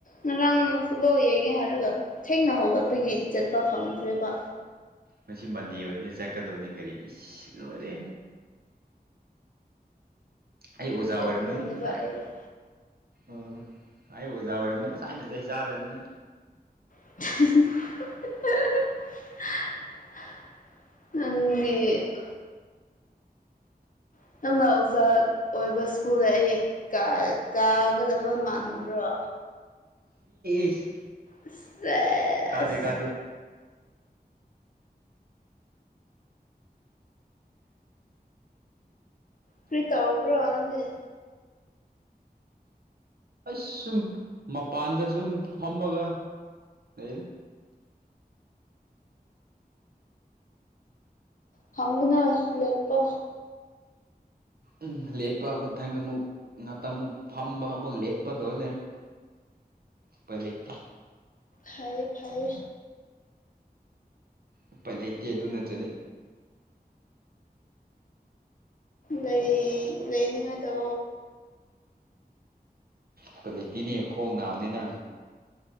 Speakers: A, on the left (about 55°); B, on the right (about 70°).
A: ꯉꯥꯔꯥꯪꯡ ꯐꯨꯕꯣꯜ ꯌꯦꯡꯉꯦ ꯍꯥꯏꯔꯒ ꯊꯦꯡꯅ ꯍꯧꯒꯠꯄꯒꯤ ꯆꯠꯄ ꯐꯪꯗ꯭ꯔꯦꯕ
B: ꯃꯁꯤ ꯃꯟꯗꯦ ꯑꯣꯏꯅꯤ ꯆꯠꯀꯗꯧꯅꯤ ꯀꯔꯤ ꯏ ꯔꯦ ꯑꯩ ꯑꯣꯖꯥ
A: ꯆꯠꯅꯤꯡꯗꯕ
B: ꯑꯣꯏꯔꯝꯃꯅꯤ ꯅꯁꯥꯏ
A: ꯑꯩꯗꯣ
B: ꯎꯝ ꯑꯩ ꯑꯣꯖꯥ ꯑꯣꯏꯔꯕꯅꯤ ꯉꯁꯥꯏꯅꯁ ꯆꯥꯔꯅꯤꯅ
A: <unintelligible> <unintelligible> <unintelligible> ꯑꯣꯏꯕ ꯏꯁ꯭ꯀꯨꯜꯗ ꯑꯩ ꯀꯥ ꯀꯥꯒꯗꯕ ꯃꯥꯟꯕ꯭ꯔꯣ
B: ꯏꯁ
A: ꯁꯦꯁ
B: ꯀꯥꯁꯦ ꯀꯖꯦ
A: ꯄ꯭ꯔꯤ ꯇꯧꯕ꯭ꯔꯣ ꯅꯪꯗ
B: ꯑꯩꯁ ꯁꯨꯝ ꯃꯄꯥꯟꯗ ꯁꯨꯝ ꯐꯝꯃꯒ ꯂꯩꯗ
A: ꯐꯝꯒꯅꯣ ꯂꯦꯞꯄꯣ
B: ꯎꯝ ꯂꯦꯞꯄ ꯃꯊꯪꯗ ꯑꯃꯨꯛ ꯉꯥꯛꯇꯪ ꯃꯨꯛ ꯐꯝꯕ ꯑꯃꯨꯛ ꯂꯦꯞꯄ ꯗꯧ ꯂꯩꯔꯦ ꯎꯄꯥꯏ ꯂꯩꯇꯦ
A: ꯐꯩꯌꯦ ꯐꯩꯌꯦ
B: ꯎꯄꯥꯏ ꯂꯩꯇꯦ ꯑꯗꯨ ꯅꯠꯇ꯭ꯔꯗꯤ
A: ꯂꯩ ꯂꯩꯅꯤꯡꯉꯥꯏꯗꯣ
B: ꯎꯄꯥꯏ ꯂꯩꯇꯤꯅꯦ ꯈꯣꯡ ꯅꯥꯕꯅꯤꯅ